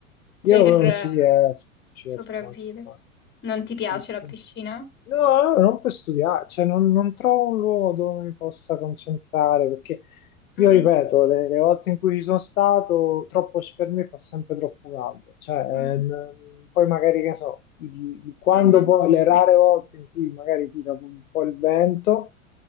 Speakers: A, on the left; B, on the left.
A: Io
B: per
A: non
B: eh,
A: ci riesco, non ci
B: sopravvivere.
A: riesco manco a fare.
B: Non ti piace
A: Sì, sì.
B: la piscina?
A: No, no, non per studiare, cioè non, non trovo un luogo dove mi possa concentrare, perché io
B: Mm.
A: ripeto, le, le volte in cui ci sono stato, troppo per me fa sempre troppo caldo, cioè
B: Mm.
A: eh, n- poi magari che ne so, il- quando
B: Mhm.
A: poi le rare volte in cui magari tira un po' il vento,